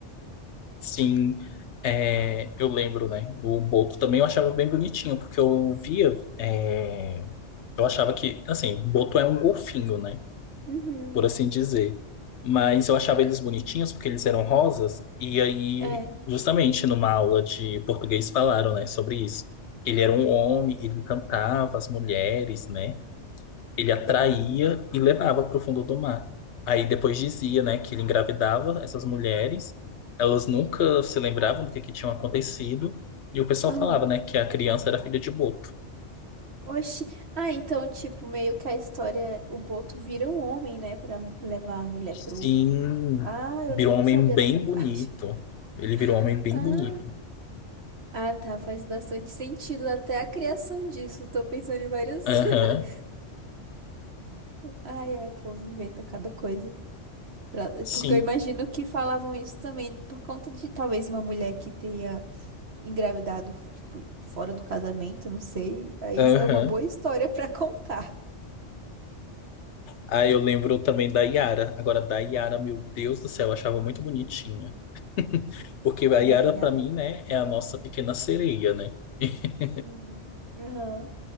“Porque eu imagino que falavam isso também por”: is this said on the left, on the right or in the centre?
Right